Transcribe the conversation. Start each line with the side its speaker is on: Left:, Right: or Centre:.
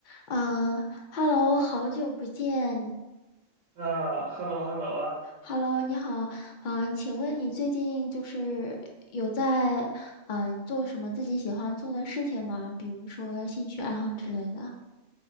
Left: 嗯，Hello，好久不见。
Right: 啊，hello hello 啊，
Left: Hello，你好。嗯，请问你最近就是有在嗯做什么自己喜欢做的事情吗？比如说兴趣爱好之类的。